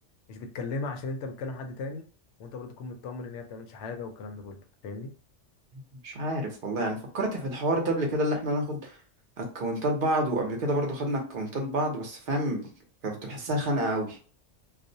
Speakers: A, on the left (about 70°); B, on the right (about 50°).
A: مش بتكلمها عشان انت بتكلم حد تاني وانت برضه تكون مطمن ان هي ما بتعملش حاجه والكلام ده كله فاهمني
B: مش عارف والله يعني فكرت في الحوار ده قبل كده اللي احنا ناخد اكونتات بعض وقبل كده برضو خدنا اكونتات بعض بس فاهم كنت بحسها خانقه قوي